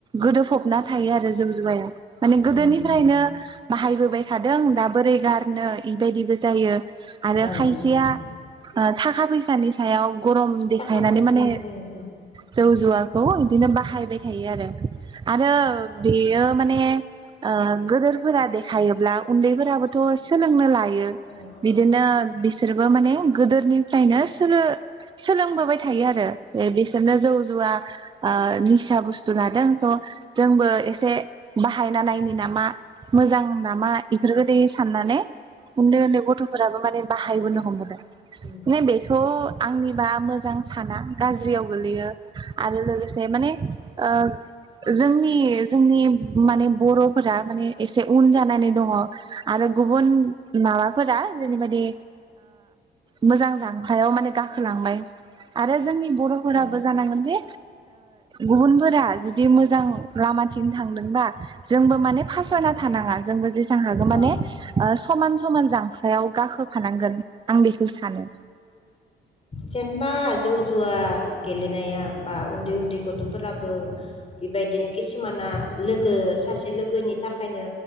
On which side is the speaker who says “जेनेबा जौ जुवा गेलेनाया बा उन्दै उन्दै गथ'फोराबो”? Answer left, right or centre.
Left